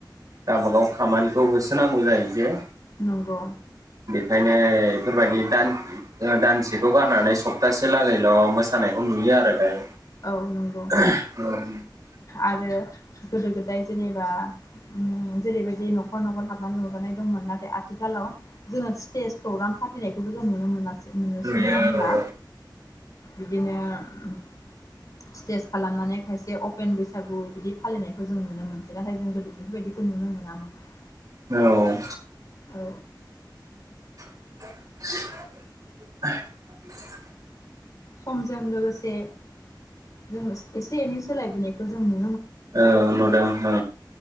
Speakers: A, on the right; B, on the left.
A: गावबागाव खामानिखौ होसोनांगौ जायो जे
B: नंगौ
A: ओंखायनो बेफोरबायदि दान दानसेखौ गारनानै सप्तासे लागैल मोसानायखौ नुयो आरो दायो।
B: औ नंगौ
A: <unintelligible>
B: आरो गोदो गोदाय जेनेबा <unintelligible> जेरैबायदि नखर नखर हाबनानै रुजानाय दंमोन नाथाय आथिखालाव जोङो स्टेज प्रग्राम फाथिनायखौबो जों नुनो मोनासै। मोननोसो
A: नुयो
B: नङा होनोमब्ला?
A: औ
B: बिदिनो उम स्टेज खालामनानै खायसे अपेन बैसागु बिदि फालिनायखौ जों नुनो मोनफेराखै जों गोदो बेफोरबायदिखौ नुनो मोनामोन
A: औ
B: औ
A: <unintelligible>
B: समजों लोगोसे जोङो एसे एनै सोलायबोनायखौ जों नुन
A: औ नुदों औ